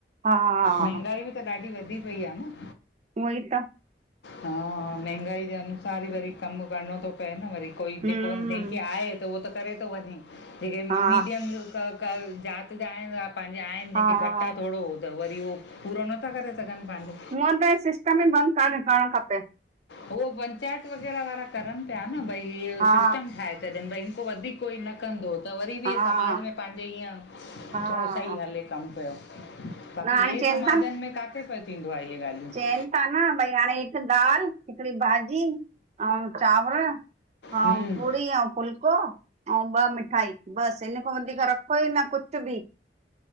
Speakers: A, on the right; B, on the left.
A: हा
B: मंहगाई बि त ॾाढी वधी पई आह न।
A: उहोई त
B: हा! महंगाई जे अनुसार ई वरी कमु करणो थो पए न वरी। कोई
A: हम्म
B: जेको जंहिंखे आह त उहो त करे तो वंञे। जेके
A: हा
B: मीडियम क क ज़ात जा आहिनि पंहिंजे आहिनि जंहिंखे
A: हा
B: घटि आह थोङो त वरी उहो पूरो नथा करे सघिनि पांजो
A: हुअं त सिस्टम ई बंदि कनि करणु खपे।
B: हो पंचायत वग़ैरह वारा करनि पिया न बई। हिअ
A: हा
B: सिस्टम ठाहे छॾनि भई हिन वधीक कोई न कंदो त वरी
A: हा
B: बि
A: हा
B: समाज में पाहिंजे ईअं
A: हा
B: थोङो सही हले कमु पियो बाक़ी
A: न हाणे
B: ॿिए
A: चइनि
B: समाजनि में काथे प थींदो आहे इहे ॻाल्हियूं
A: चनि था न भई हाणे हिकु दाल, हिकिड़ी भाॼी अऊं चांवर हा
B: हम्म
A: पूङी ऐं फुलको अऊं ॿ मिठाई बसि इन खां वधीक रखो ई न कुझु बि।